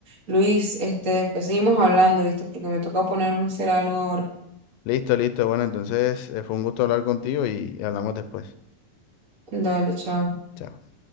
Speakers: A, on the right; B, on the left.
A: Luis, este, después seguimos hablando, ¿viste? Porque me toca ponerme a hacer algo ahora.
B: Listo, listo. Bueno, entonces eh, fue un gusto hablar contigo y hablamos después.
A: Dale, chao.
B: Chao.